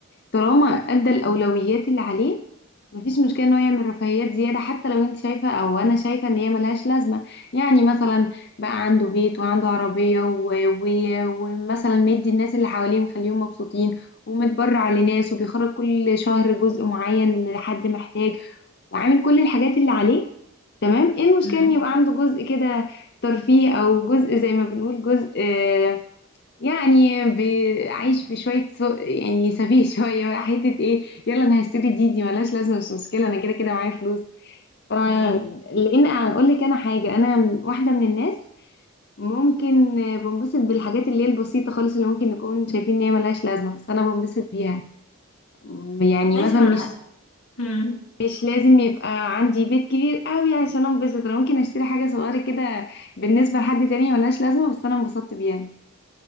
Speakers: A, on the left (about 50°); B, on the left (about 75°).
A: طالما ادى الأولويات اللي عليه مفيش مشكلة ان هو يعمل رفاهيات زيادة حتى لو انت شايفة او انا شايفة ان هي ملهاش لازمة يعني مثلا بقى عنده بيت وعنده عربية و- و- ومثلا مدي الناس اللي حواليه مخليهم مبسوطين ومتبرع لناس وبيخرج كل شهر جزء معين لحد محتاج وعامل كل الحاجات اللي عليه تمام ايه المشكلة
B: مم.
A: ان يبقى عنده جزء كده ترفيه او جزء زي ما بنقول جزء آه، يعني بي- عايش في شويه سوء يعني سفيه <laughs> شويه بقى حته ايه يلا انا هشتري دي دي ملهاش لازمه مش مشكله انا كده كده معايا فلوس ف-
B: مم.
A: لان اقول لك انا حاجه انا من- واحده من الناس ممكن آه، بنبسط بالحاجات اللي هي البسيطه خالص اللي ممكن نكون شايفين ان هي ملهاش لازمه بس انا بنبسط بيها م- يعني
B: ماشي
A: مثلا
B: ما أنا
A: مش
B: مم.
A: مش لازم يبقى عندي بيت كبير قوي عشان انبسط انا ممكن اشتري حاجه صغيره كده بالنسبه لحد تاني ملهاش لازمه بس انا انبسطت بيها